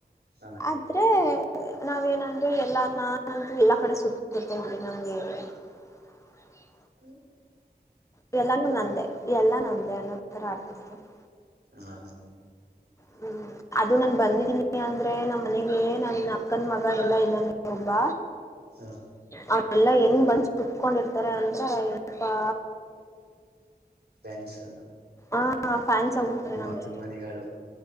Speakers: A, on the right; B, on the left.
A: ಹ
B: ಆದ್ರೆ ನಾವೇನಂದರು ಎಲ್ಲ ನಂತು ಎಲ್ಲಾ ಕಡೆ ಸುತ್ತಿರ್ತೇ <inaudible> ನಂಗ <inaudible>
A: ಹ
B: ಇವೆಲ್ಲಾನು ನಂದೆ ಎಲ್ಲಾ ನಮ್ದೇ ಅನೋಥರ ಆಡ್ತಿರ್ತೀನಿ
A: ಹಾ ಹಾ
B: ಹ್ಮ್ ಅದು ನನ್ ಬಂದಿದ್ದೀನಿ ಅಂದ್ರೆ ನಮ್ಮ್ ಮನೆಗೆ ನನ್ ಅಕ್ಕನ್ ಮಗ ಎಲ್ಲಾ ಇದ್ದಾನೆ ಒಬ್ಬ
A: ಹ
B: ಹ ಎಲ್ಲಾ ಹೆಂಗ್ ಬಂದ ಕುತ್ಕೊಂಡಿರ್ತಾರ ಅಂದ್ರ ಇನಪಾ
A: ಪೆನ್ಸಿಲ್
B: ಆ ಹಾ ಫ್ಯಾನ್ಸ್ ಆಗಿಡ್ತಾರೆ ನಂಗೆ
A: ಅಭಿಮಾನಿಗಳು